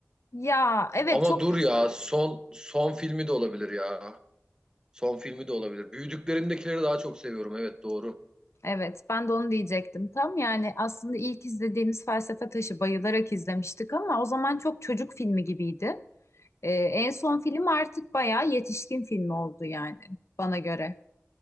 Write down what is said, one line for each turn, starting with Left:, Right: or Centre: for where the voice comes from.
Left: Ya evet
Right: Ama
Left: çok
Right: dur
Left: güzel.
Right: ya son son filmi de olabilir ya. Son filmi de olabilir. Büyüdüklerindekileri daha çok seviyorum. Evet doğru.
Left: Evet ben de onu diyecektim tam yani aslında ilk izlediğimiz Felsefe Taşı bayılarak izlemiştik ama o zaman çok çocuk filmi gibiydi. Ee, en son film artık bayağı yetişkin filmi oldu yani bana göre.